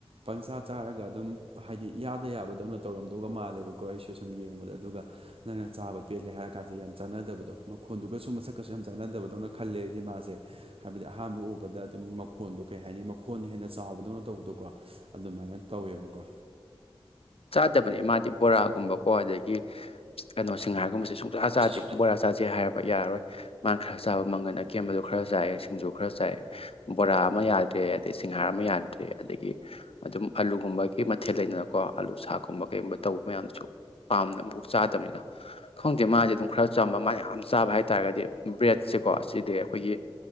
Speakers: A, on the right; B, on the left.
A: ꯄꯪꯆꯥꯥ ꯆꯥꯔꯒ ꯑꯗꯨꯝ ꯍꯥꯏꯗꯤ ꯌꯥꯗ ꯌꯥꯕꯗꯧꯅ ꯇꯧꯔꯝꯗꯧꯒ ꯃꯥꯜꯂꯦꯕꯀꯣ ꯑꯩꯁꯨ ꯁꯨꯝ ꯌꯦꯡꯕꯗ ꯑꯗꯨꯒ ꯅꯪꯅ ꯆꯥꯕ ꯄꯦꯜꯂꯦ ꯍꯥꯏꯔ ꯀꯥꯟꯗ ꯌꯥꯝ ꯆꯥꯅꯗꯕꯗꯣ ꯃꯈꯣꯟꯗꯨꯁꯨ ꯃꯁꯛꯀꯁꯨ ꯌꯥꯝ ꯆꯠꯅꯗꯕꯗꯧꯅ ꯈꯜꯂꯦ ꯑꯩꯗꯤ ꯃꯥꯁꯦ ꯍꯥꯏꯕꯗꯤ ꯑꯍꯥꯟꯕ ꯎꯕꯗ ꯑꯗꯨꯝ ꯃꯈꯣꯟꯗꯣ ꯀꯩ ꯍꯥꯏꯅꯤ ꯃꯈꯣꯟꯅ ꯍꯦꯟꯅ ꯆꯥꯎꯕꯗꯧꯅ ꯇꯧꯕꯗꯣꯀꯣ ꯑꯗꯨꯃꯥꯏꯅ ꯇꯧꯋꯦꯕꯀꯣ
B: ꯆꯥꯗꯕꯅꯦ ꯃꯥꯗꯤ ꯕꯣꯔꯥꯒꯨꯝꯕꯀꯣ ꯑꯗꯒꯤ ꯀꯩꯅꯣ ꯁꯤꯡꯍꯥꯔꯒꯨꯝꯕꯁꯦ ꯁꯨꯝ ꯄꯨꯖꯆꯥꯥ ꯆꯥꯗꯦ
A: ꯃꯁꯦ ꯁꯨꯡꯆꯥ
B: ꯕꯣꯔꯥ ꯆꯥꯥꯁꯦ ꯍꯥꯏꯔꯕ ꯌꯥꯔꯣꯏ ꯃꯥꯅ ꯈꯔ ꯆꯥꯕ ꯃꯪꯒꯟ ꯑꯀꯦꯝꯕꯗꯣ ꯈꯔ ꯆꯥꯏ ꯁꯤꯡꯖꯨ ꯈꯔ ꯆꯥꯏꯑꯦ ꯕꯣꯔꯥ ꯑꯃ ꯌꯥꯗ꯭ꯔꯦ ꯑꯗꯩ ꯁꯤꯡꯍꯥꯔ ꯑꯃ ꯌꯥꯗ꯭ꯔꯦ ꯑꯗꯒꯤ ꯑꯗꯨꯝ ꯑꯂꯨꯒꯨꯝꯕꯒꯤ ꯃꯊꯦꯜ ꯂꯩꯗꯅꯀꯣ ꯑꯥꯜꯂꯨ ꯁꯥꯥꯛꯀꯨꯝꯕ ꯀꯩꯒꯨꯝꯕ ꯇꯧꯕ ꯃꯌꯥꯝꯗꯨꯁꯨ ꯄꯥꯝꯅ ꯑꯃꯨꯛ ꯆꯥꯗꯕꯅꯤꯗ ꯈꯪꯗꯦ ꯃꯥꯁꯦ ꯑꯗꯨꯝ ꯈꯔ ꯆꯝꯕ ꯃꯥꯅ ꯌꯥꯝ ꯆꯥꯕ ꯍꯥꯏꯇꯥꯥꯔꯒꯗꯤ ꯕ꯭ꯔꯦꯗꯁꯦꯀꯣ ꯑꯁꯤꯗꯤ ꯑꯩꯈꯣꯏꯒꯤ